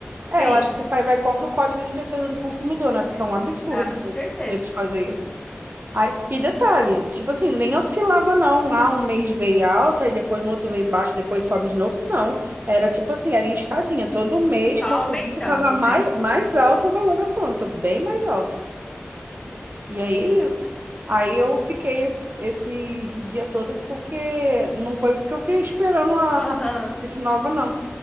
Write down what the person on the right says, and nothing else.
É,
eu
acho que isso aí vai contra o Código de Defesa do Consumidor, né? Porque é um absurdo
eles fazerem isso. Aí, e detalhe, tipo assim, nem oscilava não. Ah, um mês veio alta, e depois no outro veio baixo, depois sobe de novo. Não. Era tipo assim, era em escadinha. Todo mês,
quando
vinha, tava mais,
mais alto o valor da conta, bem mais alto. E aí
é isso. Aí eu fiquei esse, esse dia todo porque não foi porque eu fiquei esperando a,
a de nova, não.